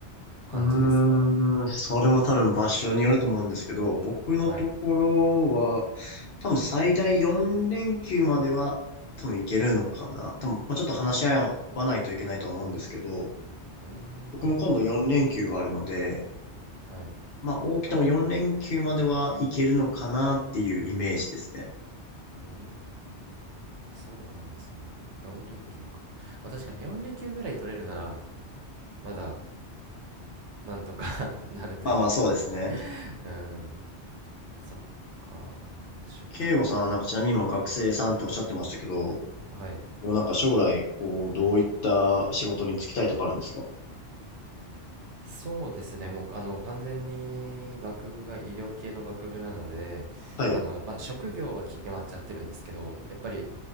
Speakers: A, on the right; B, on the left.
A: 感じですか
B: うーん、それも多分場所によると思うんですけど、僕のところは、
A: はい。
B: 多分最大4連休までは多分いけるのかな。多分、まあ、ちょっと話し合わないといけないとは思うんですけど、
A: うーん。
B: 僕も今度4連休があるので、
A: はい。
B: まあ、多くても4連休まではいけるのかなっていうイメージですね。
A: うーん。そうなんですね。4連休か。まあ、確かに4連休ぐらい取れるならまだなんとか <laughs> なるというか。
B: まあまあ、そうですね。
A: うん。そっか。職場か。
B: 慶吾さんはなんかちなみに今学生さんっておっしゃってましたけど、こ
A: はい。
B: うなんか将来、こう、どういった仕事に就きたいとかあるんですか
A: そうですね、もうあの完全に学部が医療系の学部なので、
B: はい。
A: あのまあ、職業は決まっちゃってるんですけど、やっぱり